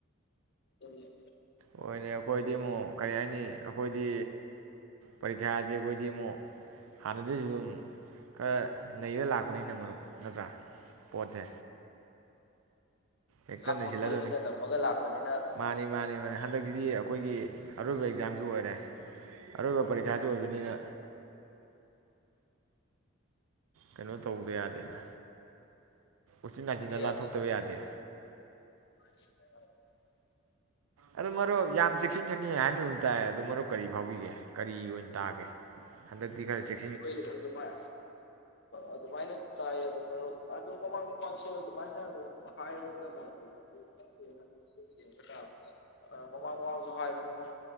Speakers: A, on the left; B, on the right.
A: <unintelligible>
B: ꯑꯣꯏꯅꯦ ꯑꯈꯣꯏꯗꯤ ꯑꯃꯨꯛ ꯀꯔꯤ ꯍꯥꯏꯅꯤ ꯑꯈꯣꯏꯗꯤ ꯄꯔꯤꯈ꯭ꯌꯥꯁꯦ ꯑꯩꯈꯣꯏꯗꯤ ꯑꯃꯨꯛ ꯍꯥꯟꯅꯗꯩꯩꯁꯨ ꯑꯗꯨꯝ ꯈꯔ ꯅꯩꯔ ꯂꯥꯛꯄꯅꯤꯅ ꯃꯔꯨꯞ ꯅꯠꯇ꯭ꯔꯥ ꯄꯣꯠꯁꯦ ꯍꯦꯛꯇ
A: ꯂꯥꯛꯄ
B: ꯅꯩꯁꯤꯜꯂꯗꯕꯅꯤ
A: ꯀꯣꯏꯕꯅ ꯅꯝꯃꯒ ꯂꯥꯛꯄꯅꯤꯅ
B: ꯃꯥꯅꯤ ꯃꯥꯅꯤ ꯃꯥꯅꯤ ꯍꯟꯗꯛꯁꯤꯗꯤ ꯑꯈꯣꯏꯒꯤ ꯑꯔꯣꯏꯕ ꯑꯦꯛꯖꯥꯝꯁꯨ ꯑꯣꯏꯔꯦ ꯑꯔꯣꯏꯕ ꯄꯔꯤꯈꯥꯁꯨ ꯑꯣꯏꯕꯅꯤꯅ ꯀꯩꯅꯣ ꯇꯧꯗ ꯌꯥꯗꯦꯗ ꯎꯆꯤꯟꯅꯥꯆꯤꯟꯅ
A: ꯌꯥꯗꯦ
B: ꯂꯥꯟꯊꯣꯛꯇꯕ ꯌꯥꯗꯦ
A: <inaudible>
B: ꯑꯗꯨ ꯃꯔꯨꯞ ꯌꯥꯝ ꯆꯦꯛꯁꯤꯟꯒꯅꯤ ꯍꯥꯏꯅꯒꯨꯝ ꯇꯥꯏ ꯑꯗꯨ ꯃꯔꯨꯞ ꯀꯔꯤ ꯐꯥꯎꯕꯤꯒꯦ ꯀꯔꯤ ꯑꯣꯏꯅ ꯇꯥꯒꯦ ꯍꯟꯗꯛꯇꯤ ꯈꯔ ꯆꯦꯛ
A: <unintelligible> <inaudible> ꯑꯗꯨꯃꯥꯏ ꯑꯗꯨꯃꯥꯏꯅ ꯇꯥꯏ ꯑꯗꯣ ꯃꯔꯨꯞ ꯑꯗꯣ ꯃꯃꯥꯡ ꯃꯃꯥꯡꯁꯨ ꯑꯗꯨꯃꯥꯏꯅ ꯑꯗꯨꯝ ꯍꯥꯏꯔꯒꯗ ꯂꯥꯛ <unintelligible> ꯌꯦꯡꯕ ꯇꯕꯅꯦ ꯑ ꯃꯃꯥꯡ, ꯃꯃꯥꯜꯁꯨ ꯍꯥꯏꯕꯅꯤꯅ